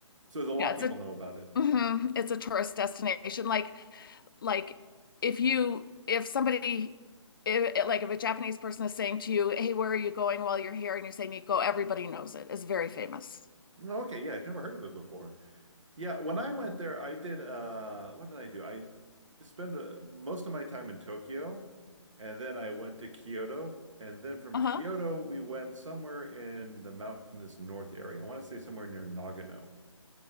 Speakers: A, on the right; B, on the left.
A: So there's a lot
B: Yeah,
A: of
B: it's
A: people
B: a
A: know about it.
B: mhm, it's a tourist destination. Like like if you if somebody if like if a Japanese person is saying to you, "Hey, where are you going while you're here?" and you're saying Nikko, everybody knows it. It's very famous.
A: Okay, yeah, I've never heard of it before. Yeah, when I went there, I did uh what did I do? I spent uh, most of my time in Tokyo and then I went to Kyoto and then from
B: Uh-huh.
A: Kyoto we went somewhere in the mountainous north area. I want to say somewhere near Nagano.